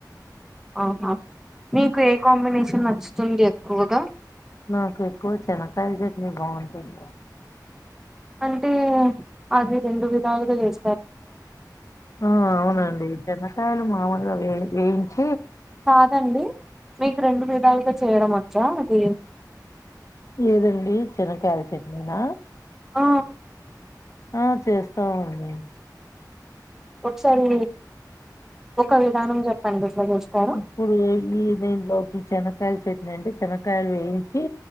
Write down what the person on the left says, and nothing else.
నాకు ఎక్కువ చనకాయలు చేట్ని బాగుంటది
ఆ అవునండి చనకాయలు మాముూలుగా వే వేయించి
ఏదండి చనకాయల చట్నీనా
ఆ చేస్తామండి
ఇప్పుడు ఏది దేంట్లో ఈ చనకాయల చట్నీ అంటే చనకాయలు వేయించి